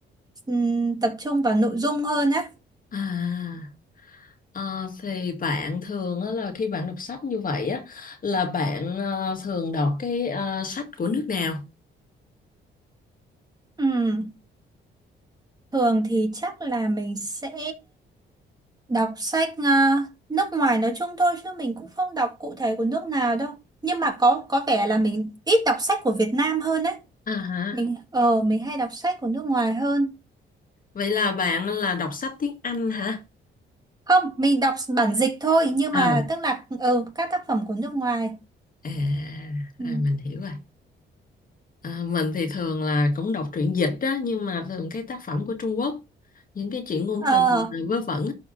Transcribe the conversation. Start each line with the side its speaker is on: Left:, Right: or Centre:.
Right: ừm, tập trung vào nội dung hơn á
Left: À, ờ, thì bạn thường á, là khi bạn đọc sách như vậy á là bạn ờ, thường đọc cái ờ, sách của nước nào?
Right: Ừm, thường thì chắc là mình sẽ đọc sách ờ, nước ngoài nói chung thôi chứ mình cũng không đọc cụ thể của nước nào đâu nhưng mà có có vẻ là mình ít đọc sách của Việt Nam hơn đấy
Left: À, hả?
Right: mình ờ mình hay đọc sách của nước ngoài hơn
Left: Vậy là bạn là đọc sách tiếng Anh hả?
Right: không mình đọc bản dịch thôi nhưng
Left: Ờ,
Right: mà tức là ờ các tác phẩm của nước ngoài
Left: À,
Right: ừ.
Left: à mình hiểu rồi. À, mình thì thường là cũng đọc truyện dịch á, nhưng mà thường cái tác phẩm của Trung Quốc, những cái chuyện ngôn
Right: ờ
Left: tình rồi vớ vẩn.